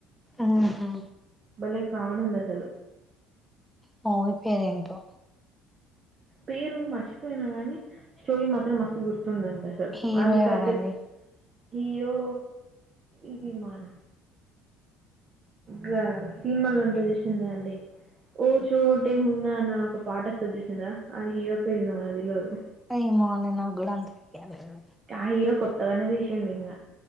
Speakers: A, in the centre; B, on the right.
A: ఆహా
B: బలే కామెడీ ఉంది అస్సలు
A: మూవీ పేరు ఏంటో
B: పేరు మర్చిపోయినా గాని స్టోరీ మాత్రం మస్తు గుర్ తుంది అండి అసలు
A: హీరో
B: వాళ్ళు
A: ఎవరండి
B: తల్లి హీరో ఇది మన గా సినిమాలుంటాడు చూసింరా అండి ఓ చోటే ఉన్నానా అన్న ఒక పాట వస్తాది చూసింరా ఆ హీరో పేరు ఏందో నాకు తెల్వదు
A: ఏమో అండి నాకూడా అంత తెల్వదు
B: ఆ హీరో కొత్తగానే తీసిండు ఇంగ